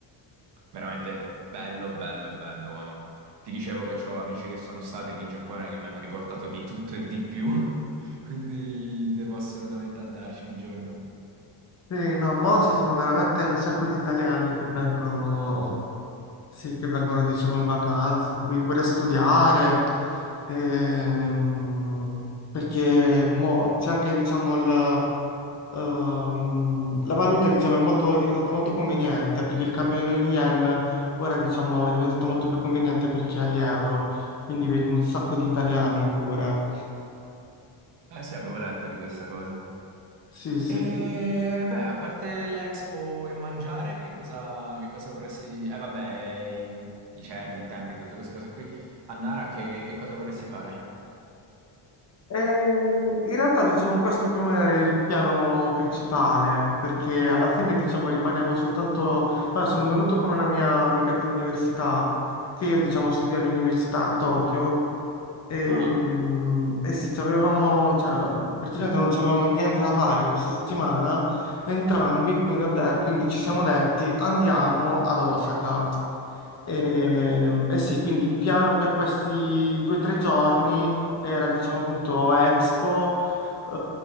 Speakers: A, on the right; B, on the left.
A: veramente bello, bello, bello. eh. Ti dicevo che ho amici che sono stati lì in Giappone che mi hanno riportato di tutto e di più, <laughs> quindi devo assolutamente andarci un giorno.
B: Sì, no, mo ci sono veramente un sacco di italiani che vengono, sì, che vengono, diciamo, in vacanza qui pure a studiare, ehm, perché mo c'è anche, diciamo, il, ehm, la valuta, diciamo, è molto, è diventata molto conveniente, perché il cambio in yen ora, diciamo, è diventato molto più conveniente per chi ha gli euro, quindi vedi un sacco di italiani pure.
A: Eh sì, avevo letto di questa cosa.
B: Sì, sì.
A: E beh, a parte l'Expo e mangiare, che cosa, che cosa vorresti... Eh vabbè, i, i cervi, i tempi, tutte queste cose qui. A Nara, che, che cosa vorresti fare?
B: Eh, in realtà, diciamo, questo più o meno è il piano principale, perché alla fine, diciamo, rimaniamo soltanto... Vabbè, sono venuto con una mia amica dell'università, che io, diciamo, studio all'università a Tokyo, e,
A: Ah,
B: ehm, e sì, ci avevamo, cioè, praticamente non avevamo niente da fare questa settimana, entrambi, quindi, ho de- quindi ci siamo detti, andiamo ad Osaka. E, eh sì, quindi il piano per questi due o tre giorni era, diciamo appunto, Expo, eh,